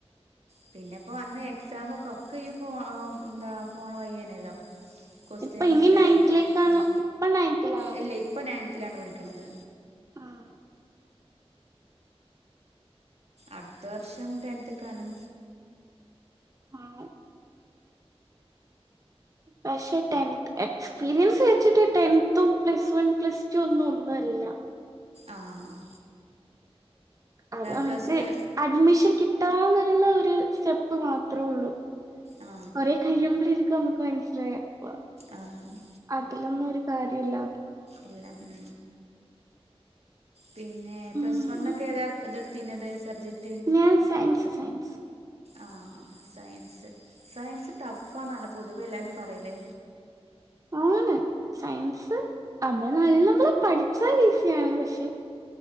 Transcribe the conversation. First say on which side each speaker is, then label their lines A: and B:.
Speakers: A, on the right (about 75°); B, on the right (about 30°).
A: പിന്നെപ്പോ അന്ന് എക്സാമൊക്കെ ഒക്കെ ഈ ഫോ ന്താ ഫോണ് വഴേയ്നല്ലോ. ക്വൊസ്റ്റ്യൻ
B: ഇപ്പൊ ഇനി
A: വിട്ടെരും.
B: നയൻത്തിലേക്കാണോ
A: ഉം
B: ഇപ്പൊ നയൻത്തിലാണോ
A: അല്ല ഇപ്പൊ നയൻത്തിലാണ് പഠിക്ക്ണത്.
B: ആഹ്
A: അട്ത്ത വർഷം ടെൻത്ത്ക്കാണ്.
B: ആഹ് പക്ഷേ ടെൻ എക്സ്പീരിയൻസ് വെച്ചിട്ട് ടെൻത്തും പ്ലസ് വൺ, പ്ലസ് റ്റു ഒന്നും ഒന്നു അല്ല
A: ആഹ്
B: അത് അമ്മക്ക്
A: പ്ലസ് ടു
B: അഡ്മിഷൻ കിട്ടാന്ന്ള്ളൊര് സ്റ്റെപ്പ് മാത്രോള്ളു
A: ആ
B: ഒരേ കഴിയുമ്പളേര്ക്കും അമ്മെക്ക് മനസ്സിലാവാ വാ
A: ആഹ്
B: അതിലൊന്നും ഒരു കാര്യൊയില്ലാന്ന്
A: ഇല്ല ഉം പിന്നെ പ്ലസ്
B: ഉം
A: വൺ ഒക്കെ ഏതാ ഇതെടുത്തിനത് സബ്ജക്
B: ഞാൻ സയൻസ് സയൻസ്
A: ആഹ് സയൻസ് സയൻസ് ടഫാന്നാണ്ല്ലോ പൊതുവെ എല്ലാരും പറയല്
B: ആണ് സയൻസ് അമ്മെള് നല്ലമ്പോലെ പഠിച്ചാ ഈസിയാണ് പക്ഷേ